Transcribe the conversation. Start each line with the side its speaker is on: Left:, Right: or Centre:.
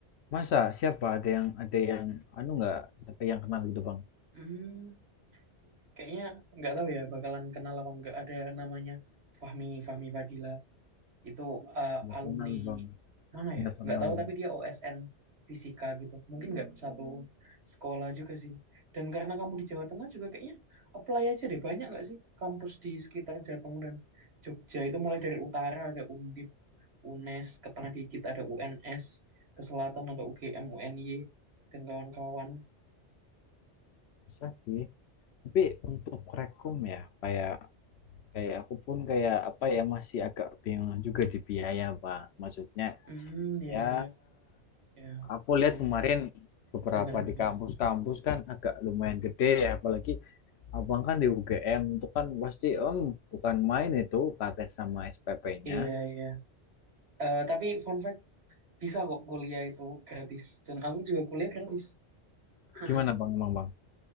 Left: Masa siapa ada yang ada yang anu nggak ada yang kenal gitu Bang?
Right: Hmm, kayaknya nggak tahu ya bakalan kenal apa nggak ada namanya Fahmi, Fahmi Fadila. Itu eh,
Left: Nggak
Right: alumni
Left: kenal Bang,
Right: mana
Left: nggak
Right: ya?
Left: kenal
Right: Nggak tahu
Left: Bang.
Right: tapi dia OSN fisika gitu. Mungkin nggak satu sekolah juga sih. Dan karena kamu di Jawa Tengah juga kayaknya apply aja deh. Banyak nggak sih kampus di sekitar Jateng dan Jogja itu mulai dari utara ada Undip, UNES, ke tengah dikit ada UNS, ke selatan ada UGM, UNY, dan kawan-kawan.
Left: Bisa sih. Tapi untuk rekom ya, kayak kayak aku pun kayak apa ya masih agak bingung juga di biaya Bang. Maksudnya
Right: Hmm, ya,
Left: ya
Right: ya, ya.
Left: Aku lihat
Right: Hmm,
Left: kemarin beberapa
Right: bener-bener.
Left: di kampus-kampus kan agak lumayan gede ya, apalagi abang kan di UGM itu kan pasti om bukan main itu KTS sama SPP-nya.
Right: Iya, iya. Eh, tapi fun fact, Bisa kok kuliah itu gratis dan aku juga kuliah gratis. <laughs>
Left: Gimana bang, emang bang?